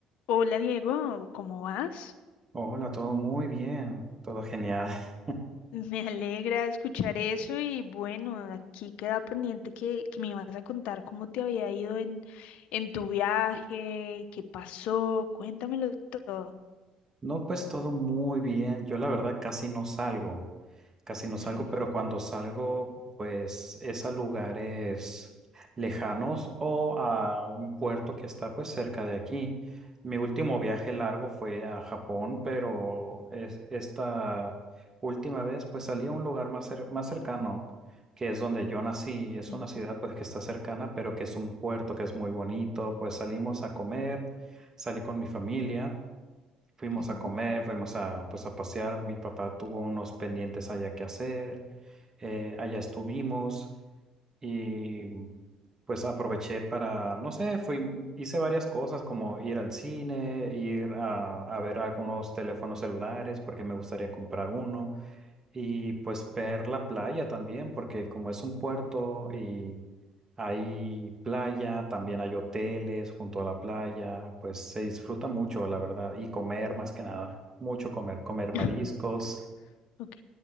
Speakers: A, on the left (about 75°); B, on the right (about 30°).
A: Hola Diego, ¿cómo vas?
B: Hola, todo muy bien, todo genial. <laughs>
A: Me alegra escuchar eso y bueno, aquí queda pendiente que, que me ibas a contar cómo te había ido en, en tu viaje, qué pasó, cuéntamelo todo.
B: No, pues todo muy bien. Yo la verdad casi no salgo. Casi no salgo,
A: Ujú,
B: pero cuando salgo, pues es a lugares lejanos o a un puerto que está pues cerca de aquí. Mi último viaje largo fue a Japón, pero es, esta última vez pues salí a un lugar más, cer- más cercano, que es donde yo nací. Es
A: eh,
B: una ciudad pues que está cercana, pero que es un puerto que es muy bonito. Pues salimos a comer, salí con mi familia. Fuimos
A: ujú,
B: a comer, fuimos a, pues, a pasear. Mi papá tuvo unos pendientes allá que hacer. eh, allá estuvimos y pues aproveché para, no sé, fui, hice varias cosas como ir al cine, ir a, a ver algunos teléfonos celulares porque me gustaría comprar uno. Y pues ver la playa también, porque como es un puerto y hay playa, también hay hoteles junto a la playa, pues se disfruta mucho, la verdad. Y comer más que nada, mucho comer, comer mariscos,
A: <laughs> Ok,